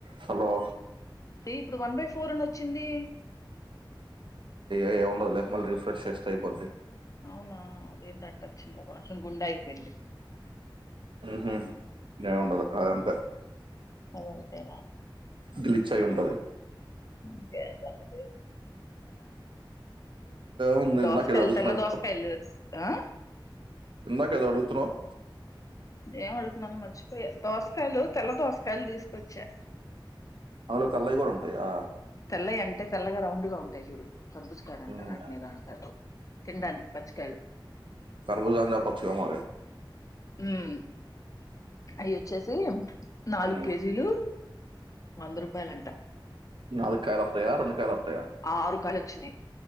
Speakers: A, on the right; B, on the left.
A: Hollow
B: ఇప్పుడు one by four అని వచ్చింది
A: ఏ ఉండదులే మళ్ళీ రిఫ్రెష్ చేస్తే అయిపోద్ది
B: అవునా అదేం తట్టొచ్చింద కొంచెం గుండే ఆగిపోయింది
A: హు ఏముండదు అదంత
B: సరే అయితే
A: గిలిచాయి ఉంటది
B: ఇంకే సంగతి
A: ఉంది
B: దోసకాయలు
A: ఇందాక ఏదో అడుగుతున్నావు
B: తెల్ల దోసకాయలు ఆ
A: ఎందక ఏదో అడుగుతునావ్
B: ఏం అడుగుతున్నాను మర్చిపోయా దోసకాయలు తెల్ల దోసకాయలు తీసుకొచ్చా
A: అందులో తెల్లయి కూడ ఉంటాయా
B: తెల్లగ అంటే తెల్గా రౌండ్ గా ఉంటాయి చూడు కర్బుజకాయలు అంటారు
A: మ్మ్.
B: <unintelligible> అంటారు తినడానికి పచ్చికయలు
A: కరబుజా పచ్చగా మర
B: ఉమ్ అవి వచ్చేసి నాలుగు
A: మ్మ్.
B: కేజీలు వంద రూపాయలు అంట
A: నలు కాయలు వస్తాయా కాయలు వస్తాయా
B: ఆరూ కాయలు వచ్చినాయి